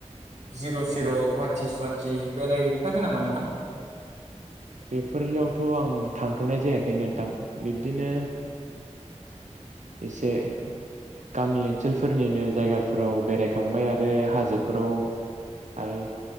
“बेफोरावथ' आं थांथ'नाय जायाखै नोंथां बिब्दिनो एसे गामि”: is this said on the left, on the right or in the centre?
Right